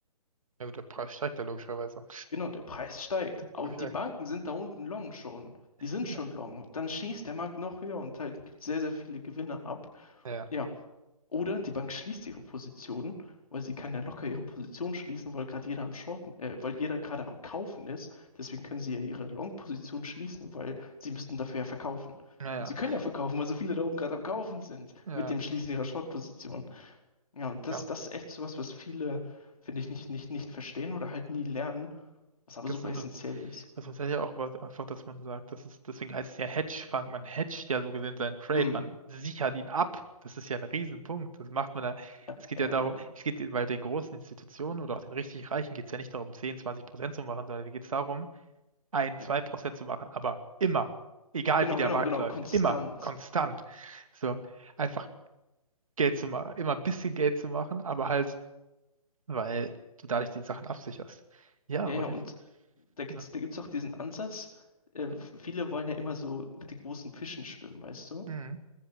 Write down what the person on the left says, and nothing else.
Genau, der Preis steigt. Und
die Banken sind da unten long schon. Die sind
schon long. Und dann schießt der Markt noch höher und halt gibt sehr, sehr viele Gewinne ab.
Ja, Oder die Bank schließt ihre Positionen, weil sie kann ja locker ihre Position schließen, weil gerade jeder am Shorten, äh, weil jeder gerade am Kaufen ist. Deswegen können sie ja ihre Long-Position schließen, weil sie müssten dafür ja verkaufen.
Und sie können ja verkaufen, weil so viele da oben gerade am Kaufen sind
mit dem Schließen ihrer Short-Position. Ja, und das,
das ist echt sowas, was viele, finde ich, nicht, nicht, nicht verstehen oder halt nie lernen, was aber
super
essentiell ist.
Hm.
Ja,
ja,
ja,
ja.
Genau,
genau,
genau.
Konstant.
Ja,
ja,
und
da gibt's,
da gibt's auch diesen Ansatz, äh, viele wollen ja immer so mit den großen Fischen schwimmen, weißt du?